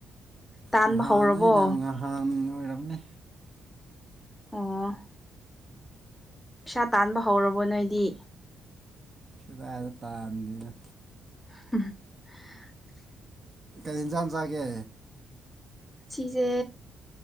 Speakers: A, in the centre; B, on the right.
A: ꯇꯥꯟꯕ
B: ꯉꯍꯥꯟ
A: ꯍꯧꯔꯕꯣ
B: ꯑꯩꯅ ꯉꯍꯥꯟ ꯑꯣꯏꯔꯕꯅꯦ
A: ꯑꯣ ꯄꯩꯁꯥ ꯇꯥꯟꯕ ꯍꯧꯔꯕꯣ ꯅꯣꯏꯗꯤ
B: ꯍꯗ ꯇꯥꯅ
A: <inaudible>
B: ꯀꯔꯤ ꯌꯦꯟꯖꯥꯡ ꯆꯥꯒꯦ
A: ꯁꯤꯁꯦ